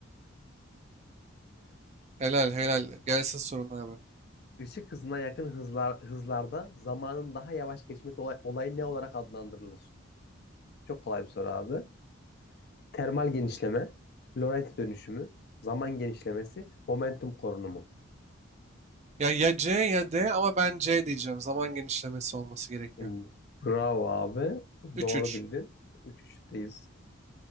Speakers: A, on the right; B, on the left.
A: Helal helal. Gelsin sorun abi.
B: Işık hızına yakın hızlar, hızlarda zamanın daha yavaş geçmesi olay, olayı ne olarak adlandırılır? Çok kolay bir soru abi. Termal genişleme, Lorentz dönüşümü, zaman genişlemesi, momentum korunumu.
A: Ya ya C ya D ama ben C diyeceğim. Zaman genişlemesi olması gerekiyor.
B: Hmm, Bravo abi.
A: 3-3.
B: Doğru bildin. 3-3'teyiz.